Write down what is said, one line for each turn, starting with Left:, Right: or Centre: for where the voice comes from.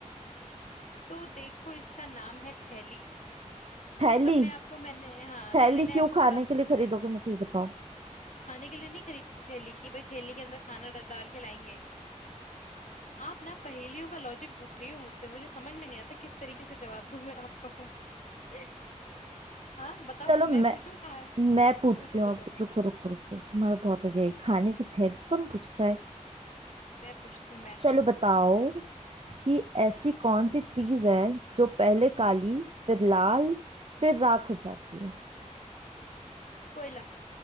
Left: तो देखो इसका नाम है थैली
Right: थैली
Left: अब मैं आपको मैंने हाँ
Right: थैली
Left: तो मैंने
Right: क्यों
Left: आपको
Right: खाने
Left: थोड़ा
Right: के लिए खरीदोगे मेरे को ये बताओ
Left: खाने के लिए नहीं खरीदते थैली की भाई थैली के अंदर खाना डा- डाल के लाएंगे आप ना पहेलियों का लॉजिक पूछ रही हो मुझसे मुझे समझ में नहीं आता किस तरीके से जवाब दूं मैं आपको <laughs> हाँ बताओ
Right: चलो
Left: मैं
Right: मैं
Left: पूछूं कहाँ है
Right: मैं पूछती
Left: पूछो
Right: हूँ
Left: पूछो
Right: अब रुको रुको रुको तुम्हारा बहुत हो गया ये खाने की थैली कौन पूछता है
Left: मैं पूछती हूँ मैं
Right: चलो बताओ कि ऐसी
Left: हम्म
Right: कौन सी चीज है जो पहले
Left: हम्म
Right: काली फिर लाल फिर राख हो जाती है
Left: कोयला